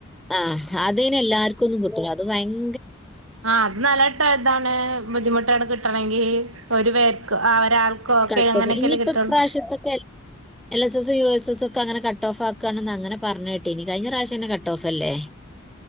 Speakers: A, in the centre; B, on the right.
A: ആഹ് അതയിന് എല്ലാർക്കൊന്നും കിട്ടൂല്ല. അത് ഭയങ്‌
B: ആഹ് അത് നലട്ട ഇതാണ് ബുദ്ധിമുട്ടാണ് കിട്ടണെങ്കി ഒരു പേർക്ക് ആ ഒരാൾക്കോ ഒക്കെ
A: കട്ടജ്.
B: അങ്ങനെയൊക്കെല്ലേ
A: ഇനിയിപ്പൊ
B: കിട്ടുള്ളൂ
A: ഇപ്രാശ്യത്തൊക്കെ L S S U S S S ഒക്കെങ്ങനെ കട്ട് ഓഫ് ആക്കാണെന്ന് അങ്ങനെ പറഞ്ഞ് കേട്ടിന്. കഴിഞ്ഞ പ്രാശ്യന്നെ കട്ട് ഓഫ് അല്ലേ